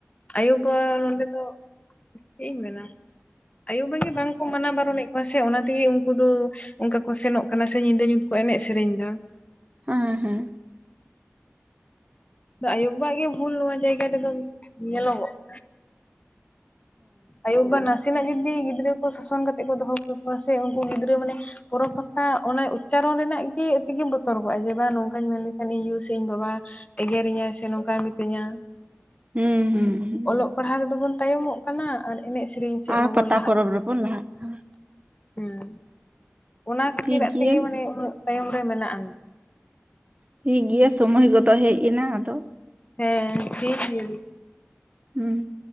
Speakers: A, on the left; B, on the right.
A: ᱟᱭᱩ-ᱵᱟᱵᱟ ᱱᱚᱸᱰᱮ ᱫᱚ ᱪᱮᱫ ᱤᱧ ᱢᱮᱱᱟ ᱟᱭᱳ-ᱵᱟᱵᱟ ᱜᱤ ᱵᱟᱝᱠᱚ ᱢᱟᱱᱟ ᱵᱟᱨᱚᱱᱮᱫ ᱠᱚᱣᱟ ᱥᱮ ᱚᱱᱟ ᱛᱮᱜᱮ ᱩᱱᱠᱩ ᱫᱚ ᱚᱱᱠᱟ ᱠᱚ ᱥᱮᱱᱚᱜ ᱠᱟᱱᱟ ᱥᱮ ᱧᱤᱫᱟᱹ ᱧᱩᱛ ᱠᱚ ᱮᱱᱮᱡ ᱥᱮᱨᱮᱧ ᱮᱫᱟ᱾
B: ᱦᱮᱸ ᱦᱮᱸ ᱦᱮᱸ ᱦᱮᱸ
A: ᱟᱭᱩ-ᱵᱟᱵᱟ ᱜᱮ ᱵᱷᱩᱞ ᱱᱚᱣᱟ ᱡᱟᱭᱜᱟ ᱨᱮᱫᱚ ᱧᱮᱞᱚᱜᱚᱜᱼᱟ ᱟᱭᱳ-ᱵᱟᱵᱟ ᱱᱟᱥᱮ ᱱᱟᱜ ᱡᱩᱫᱤ ᱜᱤᱫᱽᱨᱟᱹ ᱠᱚ ᱥᱟᱥᱚᱱ ᱠᱟᱛᱮᱫ ᱠᱚ ᱫᱚᱦᱚ ᱠᱟᱠᱚᱣᱟ ᱥᱮ ᱩᱱᱠᱩ ᱜᱤᱫᱽᱨᱟᱹ ᱢᱟᱱᱮ ᱯᱚᱨᱚᱵᱽ ᱯᱟᱛᱟ ᱚᱱᱟ ᱩᱪᱪᱟᱨᱚᱱ ᱨᱮᱱᱟᱜ ᱜᱮ ᱛᱮᱜᱮ ᱵᱚᱛᱚᱨ ᱠᱚᱚᱜᱼᱟ ᱡᱮ ᱵᱟᱝ ᱱᱚᱝᱠᱟᱧ ᱢᱮᱱ ᱞᱮᱠᱷᱟᱱ ᱤᱧ ᱭᱩ ᱥᱮ ᱤᱧ ᱵᱟᱵᱟ ᱮᱜᱮᱨᱤᱧᱟᱭ ᱥᱮ ᱱᱚᱝᱠᱟᱭ ᱢᱤᱛᱟᱹᱧᱟ᱾
B: ᱦᱩᱸ ᱦᱩᱸ ᱦᱩᱸ
A: ᱚᱞᱚᱜ ᱯᱟᱲᱦᱟᱜ ᱨᱮᱫᱚ ᱵᱚᱱ ᱛᱟᱭᱚᱢᱚᱜ ᱠᱟᱱᱟ ᱟᱨ ᱮᱱᱮᱡ ᱥᱮᱨᱮᱧ ᱥᱮᱫ
B: ᱟᱨ
A: ᱢᱟᱵᱚᱱ
B: ᱯᱟᱛᱟ ᱯᱚᱨᱚᱵᱽ ᱨᱮᱵᱚᱱ ᱞᱟᱦᱟᱜ ᱠᱟᱱᱟ᱾
A: ᱦᱮᱸ ᱚᱱᱟ ᱠᱷᱟᱹᱛᱤᱨᱟᱜ
B: ᱴᱷᱤᱠ ᱜᱮᱭᱟ
A: ᱛᱮᱜᱮ ᱢᱟᱱᱮ ᱩᱱᱟᱹᱜ ᱛᱟᱭᱚᱢ ᱨᱮ ᱢᱮᱱᱟᱜ
B: ᱴᱷᱤᱠ ᱜᱮᱭᱟ ᱥᱚᱢᱚᱭ ᱠᱚᱫᱚ ᱦᱮᱡ ᱮᱱᱟ ᱟᱫᱚ
A: ᱦᱮᱸ ᱴᱷᱤᱠ ᱜᱮᱭᱟ᱾
B: ᱦᱩᱸ